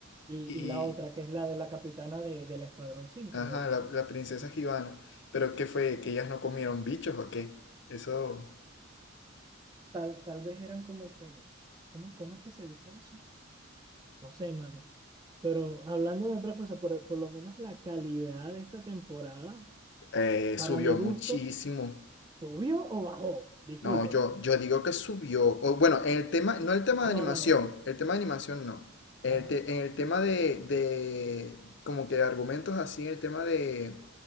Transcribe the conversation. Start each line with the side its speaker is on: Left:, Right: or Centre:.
Right: y,
Left: Y,
Right: y la otra, que es la de la capitana de, del Escuadrón 5
Left: Ajá,
Right: Del,
Left: la,
Right: del-
Left: la princesa
Right: pues eso.
Left: Gibana. Pero ¿qué fue? ¿Que ellas no comieron bichos o qué? Eso
Right: Tal, tal vez eran como que, ¿cómo, cómo es que se dice eso? No sé, mano. Pero hablando de otra cosa, por, por lo menos la calidad de esta temporada,
Left: eh,
Right: para
Left: subió
Right: mi gusto,
Left: muchísimo.
Right: ¿subió o bajó? Discúlpame.
Left: No, yo, yo digo que subió. O, bueno, en el tema, no el tema
Right: No,
Left: de animación,
Right: no, no.
Left: el tema de animación no. En
Right: Ajá.
Left: el, te-
Right: O
Left: en el tema de, de, como que de argumentos así, en el tema de,